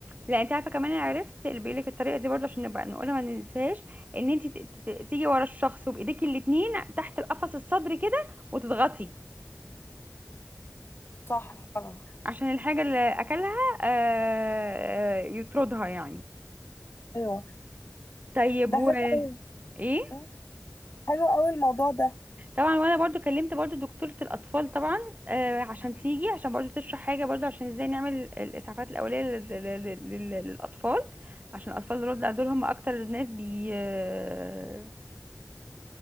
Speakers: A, on the right (about 30°); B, on the left (about 45°).
A: لا انت عارفه كمان انا عرفت اللي بيقول لك الطريقه دي برضه عشان نبقى نقولها ما ننساهاش ان انت ت- ت- تيجي ورا الشخص وبايديكي الاتنين تحت القفص الصدري كده وتضغطي
B: صح فعلا
A: عشان الحاجه اللي اكلها آه، آه، يطردها يعني
B: ايوه
A: طيب
B: ده
A: و
B: حلو
A: ايه
B: مم. حلو قوي الموضوع ده
A: طبعا وانا برضو كلمت برضو دكتورة الاطفال طبعا آه عشان تيجي عشان برضو تشرح حاجة برضو عشان ازاي نعمل الاسعافات الاولية لل- لل- لل- للاطفال عشان الاطفال دول دول هم اكتر الناس بي آه